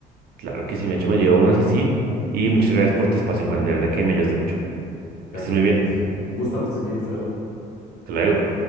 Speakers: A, on the right (about 65°); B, on the left (about 75°).
A: Claro que sí, me hecho me llevo unas así. Y muchas gracias por tu espacio, Juan. De verdad que me ayudaste mucho.
B: Claro
A: Que estés
B: que sí,
A: muy
B: Andrés.
A: bien.
B: Un gusto que estés bien. Hasta luego.
A: Hasta luego.